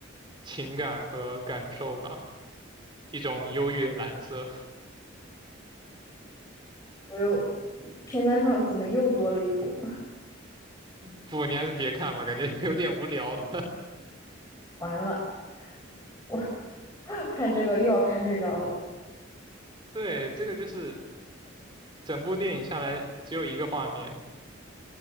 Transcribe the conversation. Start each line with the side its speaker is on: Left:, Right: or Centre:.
Right: 情感和感受吧，一种忧郁的蓝色。
Left: 我又片单上怎么又多了一部？
Right: 不，你还是别看吧，感觉有点无聊的。
Left: 完了，我 <laughs> 看这个又要看睡着了。
Right: <laughs> 对，这个就是整部电影下来只有一个画面，